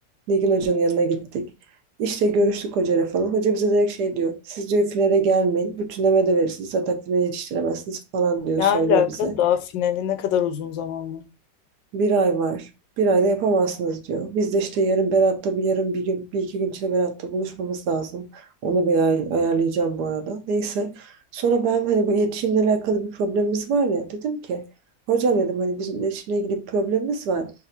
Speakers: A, on the right (about 70°); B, on the left (about 85°).
A: Nilgün Hoca'nın yanına gittik. İşte görüştük hocayla falan. Hoca bize direkt şey diyor. Siz diyor finale gelmeyin. Bütünleme de verirsiniz. Zaten finale yetiştiremezsiniz falan
B: <laughs>
A: diyor.
B: Ne
A: Söylüyor
B: alaka
A: bize.
B: daha finale ne kadar uzun zaman var.
A: Bir ay var. Bir ayda yapamazsınız diyor. Biz de işte yarın Berat'ta bir yarın bir gün bir iki gün içinde Berat'ta buluşmamız lazım. Onu bir ay- ayarlayacağım bu arada. Neyse. Sonra ben hani bu iletişimle alakalı bir problemimiz var ya dedim ki hocam dedim hani bizim iletişimle ilgili bir problemimiz var.